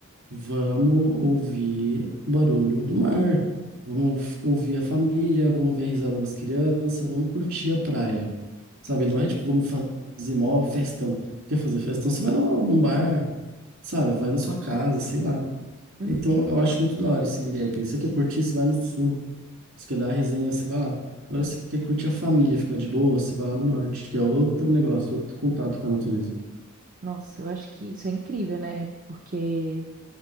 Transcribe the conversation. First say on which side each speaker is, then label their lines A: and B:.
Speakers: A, on the right; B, on the right.
A: Vamos ouvir o barulho do mar. Vamos f- ouvir a família, vamos ver a risada das crianças, vamos curtir a praia. Sabe, não é tipo, vamos fa- fazer mó festão. Quer fazer festão? Você vai num, num bar, sabe? Vai na sua casa, sei lá.
B: Uhum.
A: Então eu acho muito da hora esse gap. aí. Você quer curtir, você vai no sul. Você quer dar uma resenha, você vai lá. Agora, se você quer curtir a família, ficar de boa, você vai lá no norte, que é outro negócio, outro contato com a natureza.
B: Nossa, eu acho que isso é incrível, né? Porque